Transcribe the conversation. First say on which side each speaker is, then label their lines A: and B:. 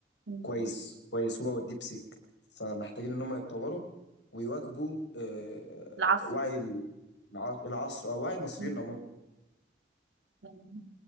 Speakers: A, on the right; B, on the left.
A: مم.
B: كويس كويس هو والديب سيك فمحتاجين ان هم يتطوروا ويواكبوا آه،
A: العصر
B: وعي الع- العصر او وعي المصريين
A: مم.
B: عموما
A: يعني